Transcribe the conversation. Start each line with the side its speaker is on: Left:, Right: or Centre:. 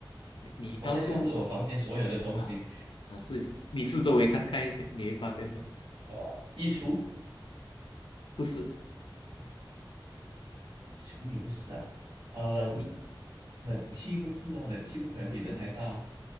Left: 你到处
Right: 我在看着我房间所有的东西，
Left: 啊啊试一试，你四周围看看一下，你会发现到，
Right: 呃，衣橱，
Left: 不是
Right: 衣橱也不是啊，呃，
Left: 你
Right: 冷气不是啊，冷气不可能比人还大哦
Left: 不是，